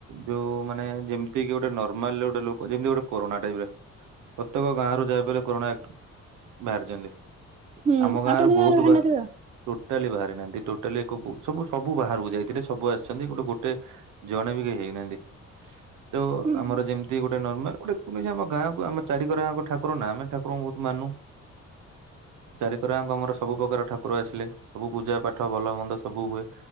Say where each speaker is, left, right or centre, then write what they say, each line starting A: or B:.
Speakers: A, on the right; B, on the right.
A: ଯୋଉ ମାନେ ଯେମିତି କି ଗୋଟେ ନ ରୁମାଲ ରେ ଗୋଟେ ଲୋକ ଯେମିତି ଗୋଟେ କରୋନା ଟାଇପ ରେ ପ୍ରତେକ ଗାଁ ର ଯାହାବି ହେଲେ କରୋନା ବାହାରିଚନ୍ତି
B: ହୁଁ
A: ଆମ ଗାଁରୁ
B: ଆପଣଙ୍କ
A: ବହୁତ
B: ଗାଁରେ ଭାରି
A: ବା
B: ନଥିବ?
A: ଟୋଟାଲି ବାହାରି ନାହାନ୍ତି ଟୋଟାଲି ଏକକୁ ସବୁ ସବୁ ବାହାରକୁ ଯାଇଥିଲେ ସବୁ ଆସିଚ଼ନ୍ତି ଗୋଟେ ଗୋଟେ ଜଣେ ବି କେହି ହେଇନାହାନ୍ତି ତ
B: ହୁଁ
A: ଆମର ଯେମି ଦି ଗୋଟେ ନର୍ମାଲ ଗୋଟେ କୁନିଜେ ଆମ ଗାଁକୁ ଆମ ଚାରିକରଆଙ୍କ ଠାକୁର ନା ଆମେ ଠାରଙ୍କୁ ବହୁତ ମାନୁ। ଚାରିିକରଆଙ୍କ ଆମର ସବୁ ପକାର ଠାକୁର ଆସିଲେ ସବୁ ପୂଜା ପାଠ ଭଲ ମନ୍ଦ ସବୁ ହୁଏ।